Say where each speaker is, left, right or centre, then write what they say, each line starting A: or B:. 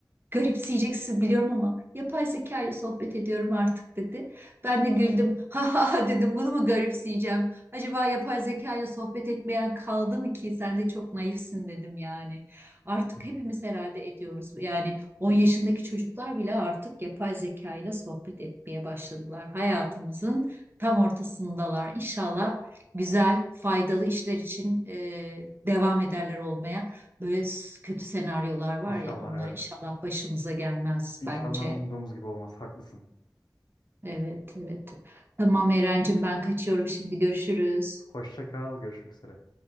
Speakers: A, on the right; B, on the left.
A: Garipseyeceksin biliyorum ama yapay zeka ile sohbet ediyorum artık dedi. Ben de güldüm. <laughs> Ha ha ha dedim bunu mu garipseyeceğim? Acaba yapay zeka ile sohbet etmeyen kaldı mı ki? Sen de çok naifsin dedim yani. Artık
B: Hı hı.
A: hepimiz herhalde ediyoruz. Yani 10 yaşındaki çocuklar bile artık yapay zeka ile sohbet etmeye başladılar. Hayatımızın tam ortasındalar. İnşallah güzel, faydalı işler için e, devam ederler olmaya. Böyle s- kötü senaryolar var
B: İnşallah
A: ya onlar
B: evet.
A: inşallah başımıza gelmez
B: İnşallah
A: bence.
B: umduğumuz gibi olmaz. Haklısın.
A: Evet evet. Tamam Erencim ben kaçıyorum şimdi görüşürüz.
B: Hoşça kal. Görüşmek üzere.